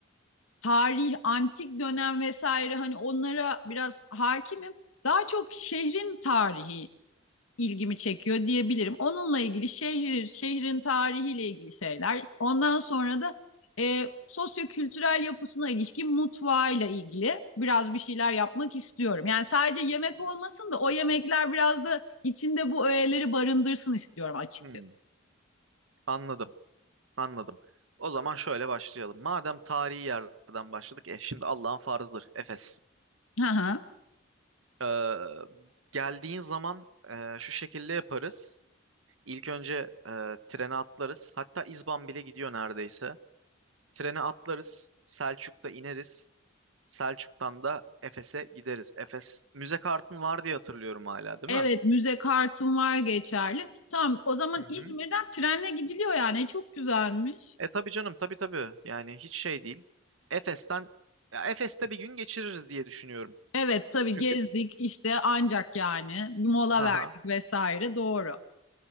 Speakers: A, on the left; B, on the right.
A: tarih, antik dönem vesaire hani onlara biraz hakimim. Daha çok şehrin tarihi ilgimi çekiyor diyebilirim. Onunla ilgili şehir, şehrin tarihiyle ilgili şeyler. Ondan sonra da e, sosyokültürel yapısına ilişkin mutfağıyla ilgili biraz bir şeyler yapmak istiyorum. Yani sadece yemek olmasın da o yemekler biraz da içinde bu öğeleri barındırsın istiyorum açıkçası.
B: Hmm, anladım. Anladım. O zaman şöyle başlayalım. Madem tarihi yerden başladık, e, şimdi Allah'ın farzıdır. Efes.
A: Hı hı.
B: Ee, geldiğin zaman e, şu şekilde yaparız. İlk önce e, trene atlarız. Hatta İzban bile gidiyor neredeyse. Trene atlarız. Selçuk'ta ineriz. Selçuk'tan da Efes'e gideriz. Efes müze kartın var diye hatırlıyorum hala, değil
A: Evet,
B: mi?
A: müze kartım var geçerli. Tamam, o zaman
B: Hı hı.
A: İzmir'den trenle gidiliyor yani. E, Çok güzelmiş.
B: E tabii canım tabii tabii. Yani hiç şey değil. Efes'ten ya Efes'te bir gün geçiririz diye düşünüyorum.
A: Evet, tabii
B: Çünkü
A: gezdik işte ancak yani bir mola
B: ha
A: verdik vesaire doğru.